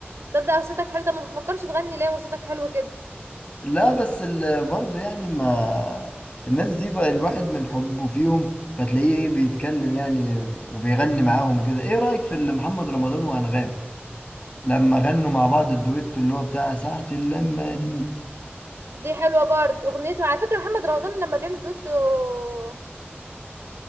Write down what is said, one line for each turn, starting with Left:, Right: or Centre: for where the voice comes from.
Right: تصدق صوتك حلو طب ما بفكرش تغني ليه وصوتك حلو كده
Left: لا بس ال- برضه يعني ما الناس دي بقى الواحد من حبه فيهم فتلاقيه ايه بيتكلم يعني وبيغني معاهم وكده ايه رأيك في اللي محمد رمضان وأنغام لما غنوا مع بعض الدويتو اللي هو بتاع ساعة اللمة دي
Right: دي حلوة برضو اغنيته على فكرة محمد رمضان لما بيعمل دويتو